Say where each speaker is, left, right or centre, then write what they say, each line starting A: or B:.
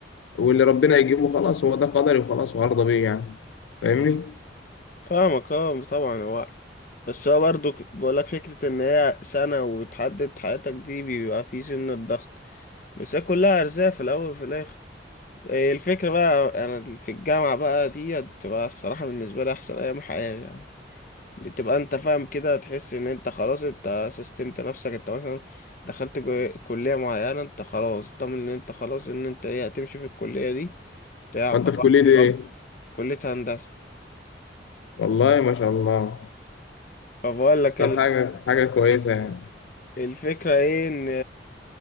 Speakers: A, on the left; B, on the left.
A: واللي ربنا يجيبه خلاص هو ده قدري وخلاص وهرضى بيه يعني فاهمني
B: فاهمك اه طبعا هو بس هو برضو ك- بقولك فكره ان هي سنه وتحدد حياتك دي بيبقى في سن الضغط بس هي كلها ارزاق في الاول وفي الاخر الفكرة بقى أنا في الجامعة بقى دي بتبقى الصراحة بالنسبة لي أحسن أيام حياتي يعني بتبقى أنت فاهم كده تحس إن أنت خلاص أنت سيستمت نفسك أنت مثلا دخلت جو- كلية معينة أنت خلاص ضامن إن أنت خلاص إن أنت إيه هتمشي في الكلية دي بتاع
A: وانت
B: فالواحد
A: في كليه
B: بيبقى
A: ايه
B: كلية هندسة
A: والله ما شاء الله
B: فبقول لك
A: طب
B: ال-
A: حاجه حاجه كويسه يعني
B: الفكرة إيه إن